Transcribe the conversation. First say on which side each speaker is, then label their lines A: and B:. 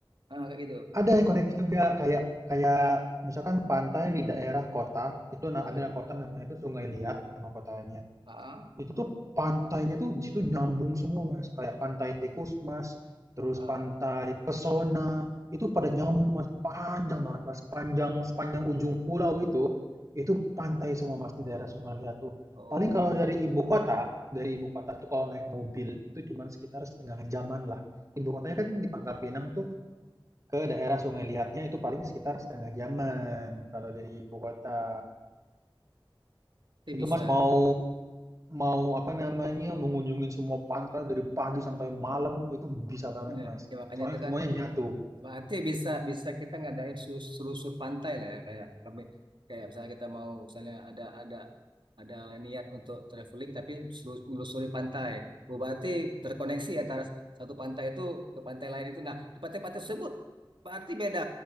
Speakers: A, on the right; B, on the right.
A: Ah, kayak gitu.
B: ada yang koneksi juga kayak kayak misalkan pantai di daerah kota itu na-
A: Ya.
B: ada kota namanya itu Sungai Liat nama kotanya.
A: Ah, ah.
B: Itu tuh pantainya tuh di situ nyambung semua, Mas. Kayak pantai tikus, Mas, terus
A: ah.
B: pantai pesona, itu pada nyambung, Mas. Panjang banget, Mas. Panjang sepanjang ujung pulau itu, itu pantai semua, Mas, di daerah Sungai Liat tuh.
A: Oh,
B: Paling kalau dari ibu kota, dari ibu kota tuh kalau naik mobil itu cuman sekitar setengah jaman lah. Ibu kotanya kan di Pangkal Pinang tuh ke daerah Sungai Liatnya itu paling sekitar setengah jaman kalau dari ibu kota.
A: itu
B: Itu
A: bisa.
B: Mas mau mau apa namanya mengunjungi semua pantai dari pagi sampai malam itu bisa banget
A: Ya,
B: Mas.
A: ya makanya
B: Soalnya
A: itu
B: semuanya
A: kan
B: nyatu.
A: Berarti bisa bisa kita ngadain sus- selusur pantai lah ya kayak kami kayak misalnya kita mau misalnya ada ada ada niat untuk traveling tapi selus- menelusuri pantai. Oh, berarti terkoneksi antara satu pantai itu ke pantai lain itu. Nah, di pantai-pantai tersebut berarti beda